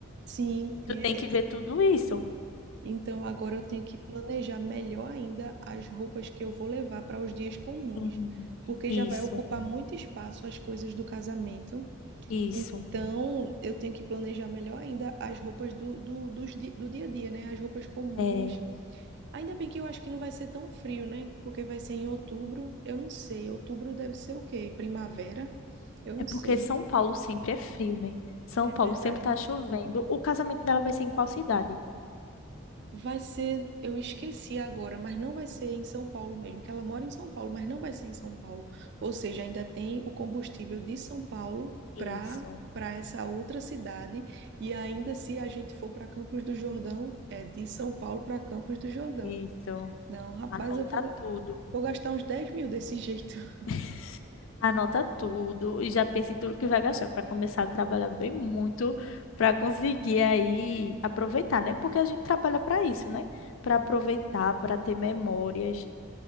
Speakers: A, on the right (about 55°); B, on the left (about 60°).
A: Sim.
B: Tu
A: é.
B: tem que ver tudo isso.
A: Então agora eu tenho que planejar melhor ainda as roupas que eu vou levar para os dias comuns,
B: Sim,
A: porque
B: isso,
A: já vai ocupar muito espaço as coisas do casamento.
B: isso.
A: Então, eu tenho que planejar melhor ainda as roupas do, do, dos di- do dia a dia, né? As roupas comuns.
B: É.
A: Ainda bem que eu acho que não vai ser tão frio, né? Porque vai ser em outubro. Eu não sei. Outubro deve ser o quê? Primavera? Eu não
B: É porque
A: sei.
B: São Paulo sempre é frio, né? São
A: É
B: Paulo
A: verdade.
B: sempre tá chovendo. O casamento dela vai ser em qual cidade?
A: Vai ser, eu esqueci agora, mas não vai ser em São Paulo mesmo, que ela mora em São Paulo, mas não vai ser em São Paulo. Ou seja, ainda tem o combustível de São Paulo para
B: Isso,
A: para essa outra cidade e ainda se a gente for para Campos do Jordão, é de São Paulo para Campos do Jordão.
B: isso.
A: Não, rapaz,
B: Anota
A: eu vou, ga-
B: tudo.
A: vou gastar uns 10 mil desse jeito. <laughs>
B: <laughs> Anota tudo e já pensa em tudo que vai gastar para começar a trabalhar bem muito para conseguir aí aproveitar, né? Porque a gente trabalha para isso, né? Para aproveitar, para ter memórias.